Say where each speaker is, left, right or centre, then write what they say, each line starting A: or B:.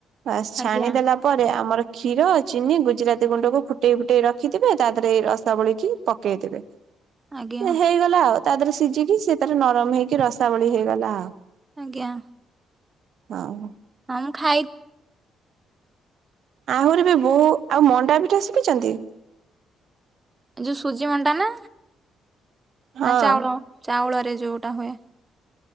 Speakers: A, on the right; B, on the right.
A: ବାସ୍
B: ଆଜ୍ଞା
A: ଛାଣି
B: ଆଜ୍ଞା
A: ଦେଲା ପରେ ଆମର କ୍ଷୀର ଚିନି ଗୁଜୁରାତି ଗୁଣ୍ଡକୁ ଫୁଟେଇ ଫୁଟେଇ ରଖିଥିବେ ତା ଦେହରେ ଏଇ ରସାବଳିକି ପକେଇଦେବେ।
B: ଆଜ୍ଞା
A: ସେ ହେଇଗଲା ଆଉ ତା ଦେହରେ ସିଝିକି ସିଏ ତାର ନରମ ହେଇକି ରସାବଳି ହେଇଗଲା ଆଉ।
B: ଆଜ୍ଞା।
A: ଆଉ
B: ମୁଁ ଖାଇକ୍
A: ଆହୁରି ବି ବୋଉ ଆଉ ମଣ୍ଡା ପିଠା ଶିଖିଛନ୍ତି?
B: ଯୋଉ ସୁଜି ମଣ୍ଡା ନା
A: ହଁ।
B: ନା ଚାଉଳ ଚାଉଳରେ ଯୋଉଟା ହୁଏ?